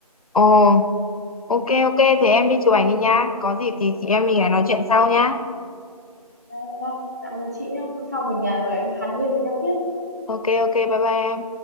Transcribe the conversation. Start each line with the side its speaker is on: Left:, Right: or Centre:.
Left: ồ ok
Right: Em,
Left: ok thì em đi chụp ảnh đi nha có gì thì chị em mình lại nói chuyện sau nhá
Right: "Ờ, vâng tạm biệt chị nhé hôm sau mình à, lại hàn huyên với nhau tiếp
Left: ok ok bye bye em